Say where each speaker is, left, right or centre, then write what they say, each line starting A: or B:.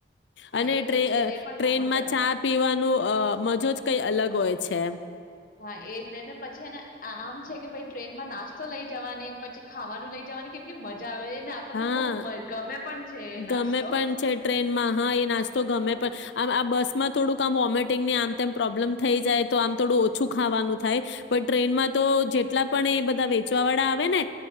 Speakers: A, on the left; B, on the left.
A: હા
B: અને
A: એ
B: ટ્રે
A: તો છે
B: અ
A: જે પણ
B: ટ્રેન
A: બહુ મજા
B: માં
A: આવે
B: ચા પીવાનું અ મજો જ કઈ અલગ હોય છે.
A: હા એજ નેને પછી એને આમ છે કે ભાઈ ટ્રેનમાં નાસ્તો લઈ જવાની પછી ખાવાનું લઈ જવાની કે કી મજા આવે એ ને આપણને
B: હા
A: બહુ ગમે. પણ છે એ નાસ્તો
B: ગમે પણ છે ટ્રેનમાં, હા, એ નાસ્તો ગમે,
A: હા
B: પણ આમ આ બસ મા થોડુંક આ વોમિટંગને આમ પ્રોબ્લેમ થઈ જાય તો આમ થોડું ઓછું ખાવાનું થાય, પણ ટ્રેનમાં તો જેટલા પણ એ બધા વેચવા વાળા આવે ને